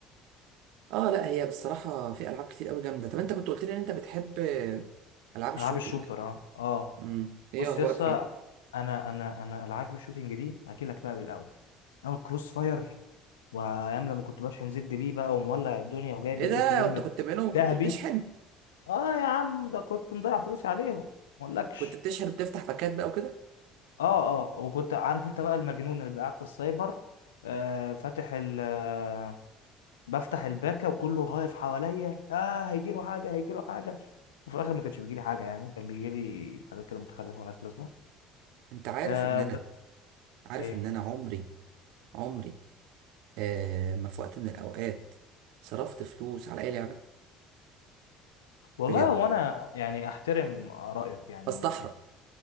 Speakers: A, on the right; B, on the left.
A: اه لا هي بصراحة في ألعاب كتير قوي جامدة طب انت كنت قلت لي ان انت بتحب آه، ألعاب الشوتينج
B: العاب الشوتر اه اه
A: مم. ايه
B: بص
A: اخبارك
B: يا اسطى
A: فيه
B: انا انا انا العاب الشوتينج دي احكي لك بقى بالاول اول كروس فاير وايام لما كنت بشحن زد بيه بقى ومولع الدنيا وجايب
A: ايه
B: الاي
A: ده
B: كي ام
A: انت كنت منهم كنت
B: ذهبي
A: بتشحن
B: اه يا عم ده كنت مضيع فلوس عليهم ما اقولكش
A: وكنت بتشحن وبتفتح باكات بقى وكده
B: اه اه وكنت عارف انت بقى المجنون اللي قاعد في السايبر آه فاتح ال آه، بفتح الباكا وكله واقف حواليا اه هيجيله حاجه هيجيله حاجه وفي الاخر ما كانش بيجيلي حاجه يعني كان بيجيلي حاجات كده متخلفه وناس لازمه
A: انت عارف
B: آه
A: ان انا
B: بس
A: عارف
B: ايه
A: ان انا عمري عمري آه ما في وقت من الاوقات صرفت فلوس على اي لعبه
B: والله
A: بجد
B: هو انا يعني احترم رايك يعني
A: بستحرم